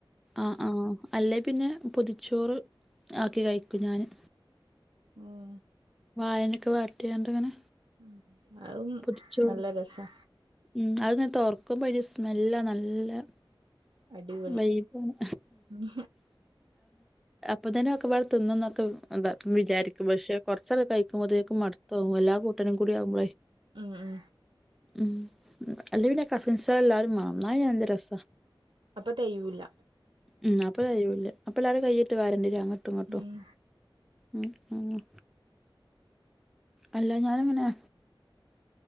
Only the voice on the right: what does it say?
ആഹ
ഉം അതും
നല്ല രസാ
അടിപൊളി
ഉം
ഉം ഉം
അപ്പൊ തെയൂല
ഉം